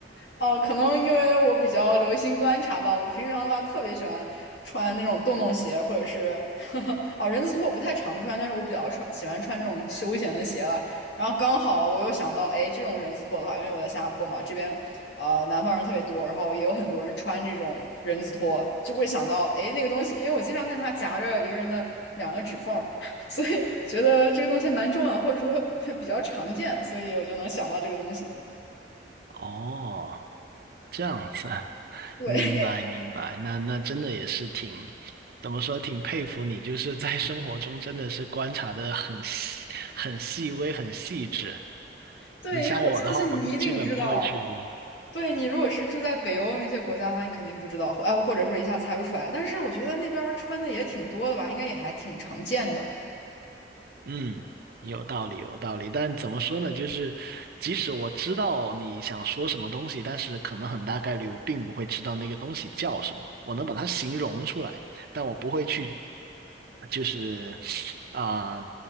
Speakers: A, on the left; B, on the right.
A: 哦，可能因为我比较留心观察吧，我平常的话特别喜欢穿那种洞洞鞋，或者是 <laughs> 哦人字拖我不太常穿，但是我比较穿喜欢穿这种休闲的鞋了。然后刚好我又想到，哎，这种人字拖的话，因为我在新加坡嘛，这边呃南方人特别多，然后也有很多人穿这种人字拖，就会想到，哎，那个东西，因为我经常看它夹着一个人的两个指缝儿 <laughs> 所以觉得这个东西还蛮重要，或者说 <laughs> 比较常见，所以我就能想到这个东西。
B: 哦，这样子啊，
A: 对。
B: 明白明白，那那真的也是挺，怎么说，挺佩服你，就是在生活中真的是观察的很细、很细微、很细致。
A: 对，
B: 你像我的话，
A: 因为我相信你一定知道。
B: 我就基本不会去。
A: 对你，如果是住在北欧那些国家的话，你肯定不知道，呃，或者说一下猜不出来。但是我觉得那边儿穿的也挺多的吧，应该也还挺常见的。
B: 嗯，有道理，有道理。但怎么说呢？就是即使我知道你想说什么东西，但是可能很大概率我并不会知道那个东西叫什么。我能把它形容出来，但我不会去，就是啊、